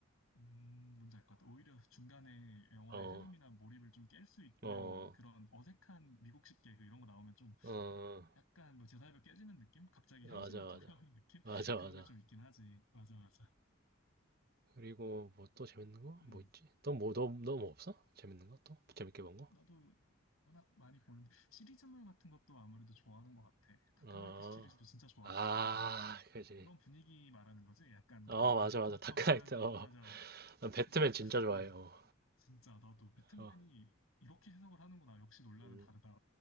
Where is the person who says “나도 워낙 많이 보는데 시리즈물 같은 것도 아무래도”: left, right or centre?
Left